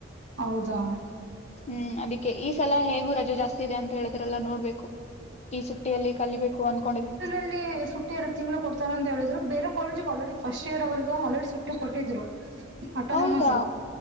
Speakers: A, on the right; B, on the left.
A: ಹೌದಾ
B: ಹ್ಮ್ ಅದಿಕ್ಕೆ ಈ ಸಲ ಹೇಗು ರಜಾ ಜಾಸ್ತಿ ಇದೆ ಅಂತ ಹೇಳಿದ್ರೆಲ್ಲಾ ನೋಡ್ಬೇಕು ಈ ಸುಟ್ಟಿಯಲ್ಲಿ ಕಲಿಬೇಕು ಅನ್ಕೊಂಡಿದಿನಿ
A: ಇಲ್ಲಿ ಸುಟ್ಟ ಎರಡು ತಿಂಗಳು ಕೊಡ್ತಾರ ಅಂತ ಹೇಳಿದ್ರು ಬೇರೆ ಕಾಲೇಜಿಗೆ ಆಲ್ರೆಡಿ ಫಸ್ಟ್ ಇಯರ್ ಅವ್ರಗ ಆಲ್ರೆಡಿ ಸುಟ್ಟಿ ಕೊಟ್ಟಿದ್ರು ಆಟೋನಮಸ್ಗ
B: ಹೌದಾ